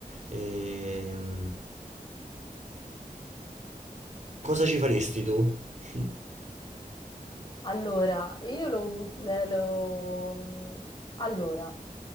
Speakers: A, on the right (about 50°); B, on the left (about 30°).
A: Ehm, Cosa ci faresti tu? <laughs>
B: Allora, io lo... le- lo- mm, Allora.